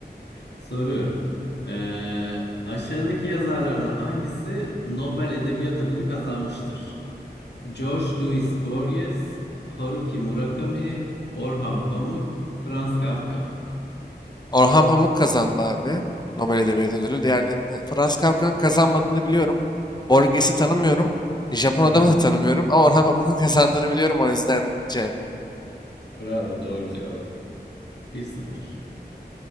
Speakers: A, on the left; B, on the left.
A: Soruyorum. Ee, aşağıdaki yazarlardan hangisi Nobel Edebiyat Ödülü kazanmıştır? George Louis Borges, Haruki Murakami, Orhan Pamuk, Franz Kafka.
B: Orhan Pamuk kazandı abi. Nobel Edebiyat Ödülü. Diğerlerini Franz Kafka'nın kazanmadığını biliyorum. Borges'i tanımıyorum. Japon
A: Hı.
B: adamı da tanımıyorum. Ama Orhan Pamuk'un kazandığını biliyorum o yüzden C.
A: Bravo doğru cevap. bir sıfır.